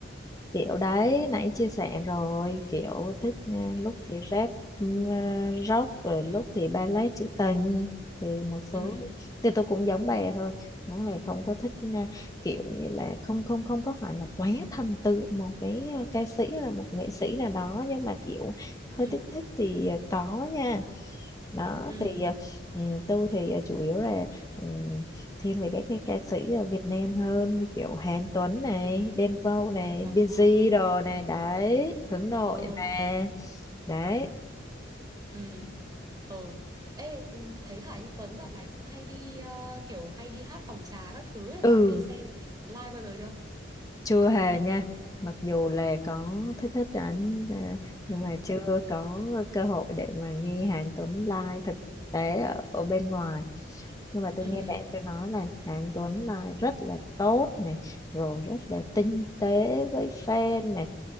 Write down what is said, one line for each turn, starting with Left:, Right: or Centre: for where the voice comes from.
Left: kiểu đấy nãy chia sẻ rồi kiểu thích ừ, lúc
Right: ừ
Left: thì rap ừ, ờ, rock rồi
Right: ừ
Left: lúc thì ballet trữ tình thì một
Right: ừ
Left: số thì tôi cũng giống bà thôi nó là không có thích ừ, kiểu như là không không không có phải là quá thần tượng một cái ừ, ca sĩ hay là một nghệ sĩ nào đó nhưng mà kiểu hơi
Right: ừ
Left: thích thích thì ừ, có nha đó
Right: ừ
Left: thì ờ, ừ, tôi thì ừ, chủ yếu là ừ, thiên về các cái ca sĩ ở Việt Nam hơn như kiểu Hán Tuấn này, Đen Vâu này,
Right: ờ
Left: Busy đồ này đấy, hướng nội
Right: ừ
Left: mà. Đấy.
Right: ừ ờ ê ừ, thấy Hà Anh Tuấn dạo này cũng hay đi ờ, kiểu hay đi hát phòng trà các thứ ấy. bà
Left: Ừ,
Right: đã đi xem live bao giờ chưa
Left: chưa hề nha. Mặc dù là có thích thích ảnh à, nhưng
Right: ừ
Left: mà chưa có cơ hội để mà nghe Hàn Tuấn live thực tế ở, ở bên ngoài. Nhưng mà tôi
Right: ừ
Left: nghe bạn tôi nói là Hàn Tuấn live rất là tốt này, rồi rất là tinh tế với fan này,